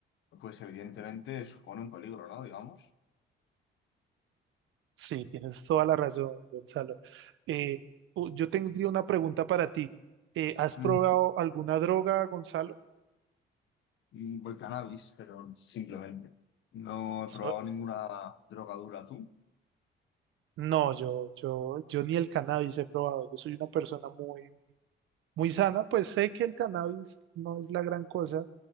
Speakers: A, on the left; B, on the right.
A: pues evidentemente supone un peligro, ¿no? Digamos,
B: Sí, tienes toda la razón, Gonzalo. Eh, u- yo tendría una pregunta para ti. Eh, ¿has
A: Ujú.
B: probado alguna droga, Gonzalo?
A: Mm, voy cannabis, pero simplemente. No he
B: So-
A: probado ninguna droga dura tú.
B: no, yo, yo, yo ni el cannabis he probado. Yo soy una persona muy muy sana, pues sé que el cannabis no es la gran cosa,